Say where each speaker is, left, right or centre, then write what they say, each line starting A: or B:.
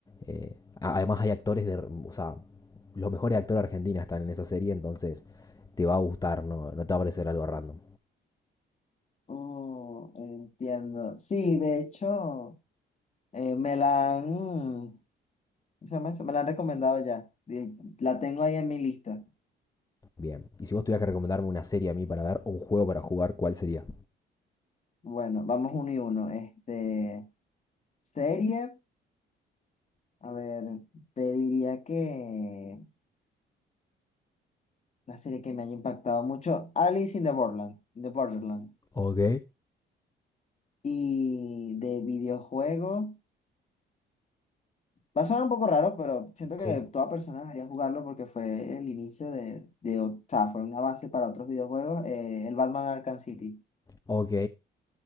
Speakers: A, on the left; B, on the left.
A: eh, además hay actores de... O sea, los mejores actores argentinos están en esa serie, entonces te va a gustar, no, no te va a parecer algo random.
B: Oh, entiendo. Sí, de hecho, eh, me la han, ¿cómo se llama eso? Me la han recomendado ya. Di- La tengo ahí en mi lista.
A: Bien. Y si vos tuvieras que recomendarme una serie a mí para ver o un juego para jugar, ¿cuál sería?
B: Bueno, vamos uno y uno. Este, serie. A ver, te diría que la serie que me haya impactado mucho, Alice in the Borderland, in the Borderland.
A: Ok.
B: Y de videojuego, va a sonar un poco raro, pero siento
A: Sí.
B: que toda persona debería jugarlo porque fue el inicio de, de, o sea, fue una base para otros videojuegos, eh, el Batman Arkham City.
A: Ok.